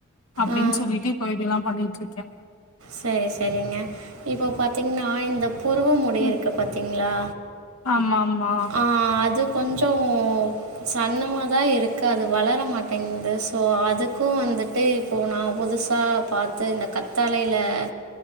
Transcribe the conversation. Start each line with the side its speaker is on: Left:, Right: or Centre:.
Left: அப்டின்
Right: ஆ
Left: சொல்லிட்டு இப்போ இதொல்லாம் பண்ணின் ட்ருக்கியா
Right: சேரி சேரிங்க இப்போ பாத்தீங்ன்னா இந்த புருவ முடி
Left: ம்
Right: இருக்கு பாத்தீங்ளா,
Left: ஆமா ஆமா
Right: ஆ அது கொஞ்சோ சன்னமா தா இருக்கு அது வளர மாட்டேங்து ஸோ அதுக்கூ வந்துட்டு இப்போ நா புதுசா பாத்து இந்த கத்தாலைல அ